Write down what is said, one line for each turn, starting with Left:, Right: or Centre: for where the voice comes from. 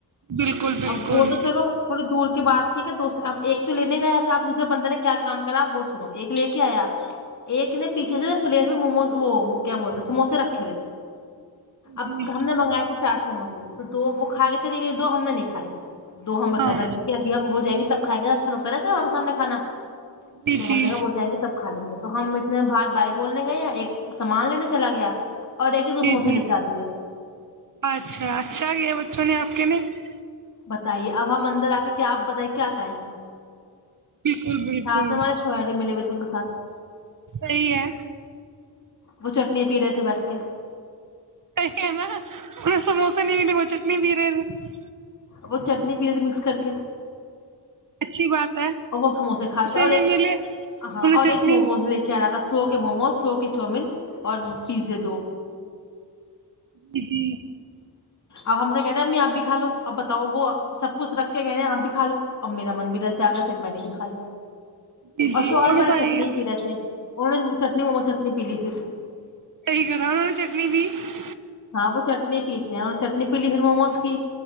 Right: بالکل بالکل
Left: اب وہ تو چلو تھوڑی دور کی بات ٹھیک ہے دو ا تو لینے گیا تھا آپ دوسرے بندے نے کیا کام کرا وہ سنو ایک لے کے آیا ایک نے پیچھے سے پلیٹ میں موموز وہ کیا بولتے سموسے رکھے ہوئے تھے اب
Right: جی
Left: ہم نے منگائے تھے چار سموسے تو دو کھا کے چلی گئی دو ہم نے نہیں کھائے دو ہمیں
Right: ہاں
Left: گھر رکھ دھیے اب ہم وہ جائیں گے تب کھائیں گا پہ سگ سامنے کانا
Right: جی
Left: تو
Right: جی
Left: ہم جگہب ہو جائیں گے تب کا لیں گے تو ہم اتنے بات بائ بولنے گیا ایک سامان لینے چلا گیا اور ایک نے دو
Right: جی
Left: سموسے
Right: جی
Left: نپٹا دیے
Right: اچھا اچھا یہ بچوں نے آپ کہ میںنے
Left: بتائیے اب ہم اندر آ کے کیا آپ بتائییں کیا کہیں ہم
Right: بالکل بالکل
Left: ساتھ میں ہمارے شوہر ملے ہوئے تھے ان کے ساتھ
Right: سی ہے
Left: وہ چٹنیاں پی رہے تھے بیٹھ کے
Right: صحیح ہے نا پے سموسے نہیں ملے وہ چٹنی پی رہے تھے
Left: وہ چٹنی پی مکس کر کے
Right: اچھی بات ہے
Left: اور وہ سموسے کھا رہے تھے اور
Right: نہیں
Left: ایک
Right: ملے
Left: ہاں
Right: انہیں
Left: اور
Right: چٹنی
Left: ایک موموز لے کے آ رہا تھا سو کے موموز سو کے چاؤومین اور پیزے دو
Right: ج جی <unintelligible>
Left: اب ہم سے کہ رہ ہیں امی آپ بھی کھا لو اب بتاؤ وہ سب کچھ رکھ کے کہ رہ ہیں آپ بھی کھا لو اب میرا من بھی للچ آ گیا پھر میں نے بھی کھا لیا
Right: جی جی
Left: اشو والا
Right: اور
Left: ماری
Right: بتائیے
Left: چٹنی پی رہے ہے وہ نے چٹنی مم چٹنی پی لی پ
Right: <unintelligible>
Left: ہاں وہ چٹنی پیتے ہیں اور چٹنی پی لی پھر موموز کی